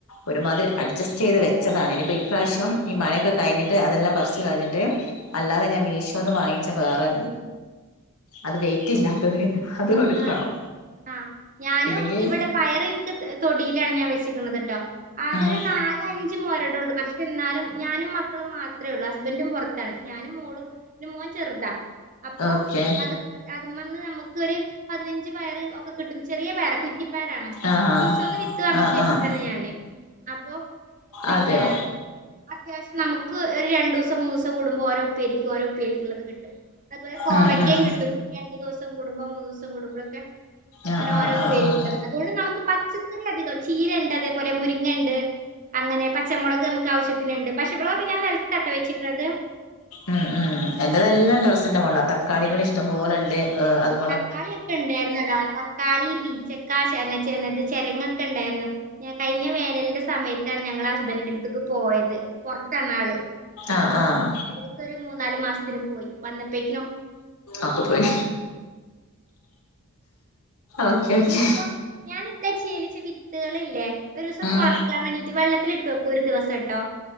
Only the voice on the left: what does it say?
ഒരുമാതിരി അഡ്ജസ്റ്റ് ചെയ്ത് വെച്ചതാണ് ഇനിയിപ്പൊ ഇപ്രാവശ്യം ഈ മഴയക്കെ കഴിഞ്ഞിട്ട് അെല്ലാം പറിച്ചച്ച് കഴിഞ്ഞിട്ട് അല്ലാതെ ഞാൻ മീഷോന്ന് വാങ്ങിച്ച വേറെ അത് വെയ്റ്റ് ഇല്ലാത്തത്. അത് എടുക്കണം
ഇല്ലെങ്കിൽ
ഉം
ഓക്കെ
ആഹ് ആഹ്
ആഹ് ആഹ്
അതെയോ
ഉം ഉം
ആഹ്
ആഹ്
ആഹ് ആഹ്
ഉം ഉം എന്റെതെല്ലാം ടെറസ്സിന്റെ മോളില തക്കാളികൾ
ഇഷ്ടംപോലെ ഉണ്ട് അത്
ആഹ്
ആഹ്
ഒക്കെ പോയി. ഓക്കെ ഓക്കെ
ഉം